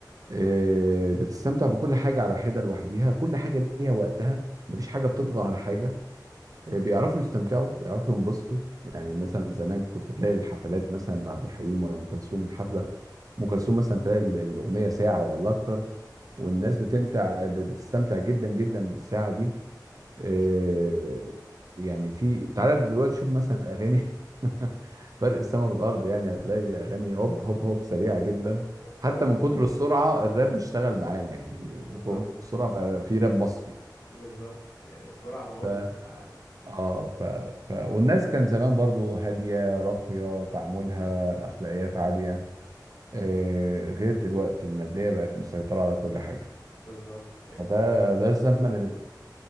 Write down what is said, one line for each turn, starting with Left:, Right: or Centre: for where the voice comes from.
Right: آه، بتستمتع بكل حاجة على حدة لوحديها كل حاجة ليها وقتها مفيش حاجة بتطغى على حاجة آه، بيعرفوا يستمتعوا بيعرفوا ينبسطوا يعني مثلا زمان كنت تلاقي الحفلات مثلا لعبد الحليم ولا أم كلثوم الحفلة أم كلثوم مثلا تلاقي ال- الأغنية ساعة ولا أكتر والناس بتمتع ب- بتستمتع جدا جدا بالساعة دي آه، يعني في تعالى دلوقتي شوف مثلا الاغاني <laughs> فرق السما والارض يعني هتلاقي اغاني هوب هوب هوب سريعه جدا
Left: السرعه
Right: حتى من كتر السرعه الراب اشتغل معانا يعني
Left: بالظبط
Right: من كتر السرعه بقى في راب مصري
Left: بالظبط يعني السرعه بوظت
Right: ف
Left: كل حاجه
Right: اه ف... ف والناس كان زمان برضو هاديه راقيه تعاملها اخلاقيات عاليه آه، غير دلوقتي الماديه بقت مسيطره على كل حاجه
Left: بالظبط يعني
Right: فده ده الزمن اللي